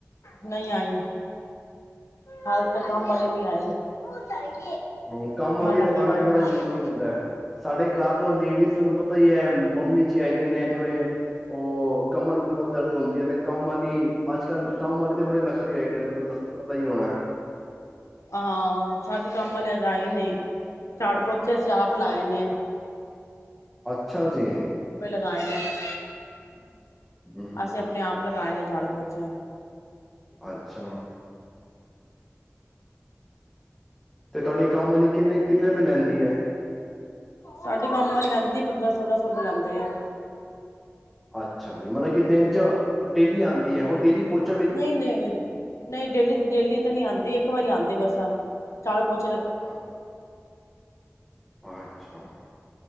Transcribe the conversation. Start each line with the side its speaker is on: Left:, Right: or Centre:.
Left: ਨਹੀਂ ਆਈ ਹਾਲ ਤ ਕੰਮ ਵਾਲੀ ਨਹੀਂ ਆਈ <unintelligible>
Centre: ਹੂ ਕੰਮ ਵਾਲੀ
Left: ਹਾਲੇ
Centre: ਲਗਾਉਣਾ
Left: ਤੱਕ ਆਈ
Centre: ਵੀ
Left: ਨਹੀਂ
Centre: ਬੜਾ ਜ਼ਰੂਰੀ ਹੁੰਦਾ ਹੈ ਸਾਡੇ ਘਾਹ ਤੋਂ ਲੇਡੀਜ਼
Left: ਹਾਂਜੀ
Centre: ਤੁਹਾਨੂੰ ਪਤਾ ਹੀ ਹੈ ਮੰਮੀ ਜੀ ਹੈਗੇ ਨੇ ਥੋੜੇ ਉਹ ਕਮਰ ਕੁਮਰ ਦਰਦ ਹੁੰਦੀ ਹੈ ਤੇ ਕੰਮ ਵਾਲੀ ਅੱਜ ਕੱਲ ਕੰਮ ਵਾਲੀ ਤੇ ਬੜੇ ਨਖਰੇ ਹੈਗੇ ਨੇ ਤੈਨੂੰ ਦਸ ਪਤਾ ਹੀ ਹੋਣਾ ਹੈ
Left: ਅ ਹਾਂ ਸਾਡੀ ਕੰਮ ਆਜ ਆਈ ਨਹੀਂ, ਝਾੜੂ ਪੋਚੇ ਅਸੀ ਆਪ ਲਾਏ ਨੇ
Centre: ਅੱਛਾ ਅੱਛਾ ਜੀ
Left: ਗਾਏ ਨੇ <inaudible>
Centre: <unintelligible>
Left: ਅਸੀਂ ਆਪਣੇ ਆਪ ਲਗਾਏ ਨੇ ਝਾੜੂ ਪੋਚੇ
Centre: ਅੱਛਾ ਤੇ ਤੁਹਾਡੀ ਕੰਮ ਵਾਲੀ ਕਿੰਨੇ ਕਿੰਨੇ ਰੁਪਏ ਲੈਂਦੀ ਹੈ
Left: ਸਾਡੇ ਕੰਮ ਲੈਂਦੀ ਪੰਦਰਾਂ ਸੋਲਾਂ ਸੌ ਰੁਪਏ ਲੈਂਦੇ ਆ
Centre: ਅੱਛਾ ਜੀ ਮਤਲਬ ਕਿ ਦਿਨ ਚ ਡੇਲੀ ਆਉਂਦੀ ਹੈ ਉਹ ਡੇਲੀ ਪੋਚੇ
Left: ਨਹੀਂ ਨਹੀਂ ਨਹੀਂ ਡੇਲੀ ਡੇਲੀ ਤਾਂ ਨਹੀਂ ਆਉਂਦੀ ਇੱਕ ਵਾਰੀ ਆਉਂਦੀ ਬਸ ਚੱਲ ਬਹੁਤ
Centre: ਅੱਛਾ, ਅੱਛਾ